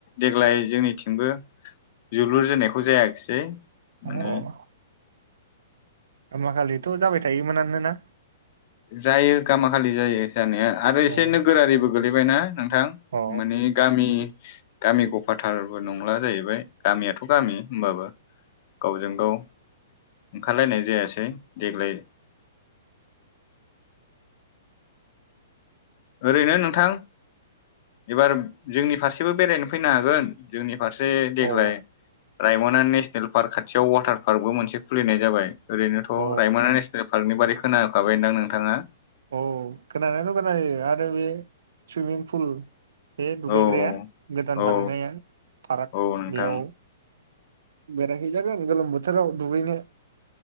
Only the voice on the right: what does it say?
औ <unintelligible> गामाखालिथ'जाबाय थायोमोनानोना?
अ
अ
अ
अ
औ खोनानायाथ' खोनायो आरो बे सुइमिं फुल बे दुगैग्राया
गोदान
बानायनाया फाराग
बेयाव बेरायहैजागोन गोलोम बोथोराव दुगैनो